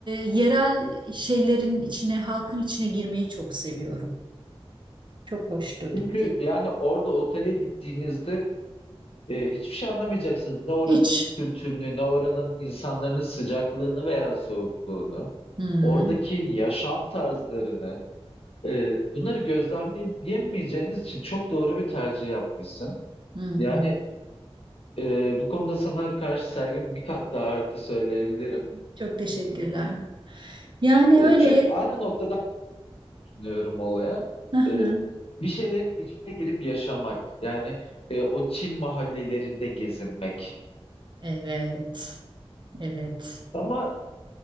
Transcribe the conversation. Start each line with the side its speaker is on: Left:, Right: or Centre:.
Right: yerel şeylerin içine, halkın içine girmeyi çok seviyorum. Çok hoştu gitti.
Left: Çünkü yani orada otele gittiğinizde e, hiçbir şey anlamayacaksınız. Ne oranın
Right: Hiç.
Left: kültürünü, ne oranın insanların sıcaklığını veya soğukluğunu,
Right: Hı
Left: oradaki yaşam tarzlarını, e, bunları gözlemleyemeyeceğiniz için çok doğru bir tercih yapmışsın.
Right: hı.
Left: Yani
Right: hı.
Left: e, bu konuda sana karşı saygım bir kat daha arttı söyleyebilirim.
Right: Çok teşekkürler. Yani
Left: E,
Right: öyle.
Left: çünkü aynı noktadan düşünüyorum olaya.
Right: Hı hı.
Left: E, bir şeylerin içine girip yaşamak. Yani e, o Çin mahallelerinde gezinmek.
Right: Evet. Evet.
Left: Ama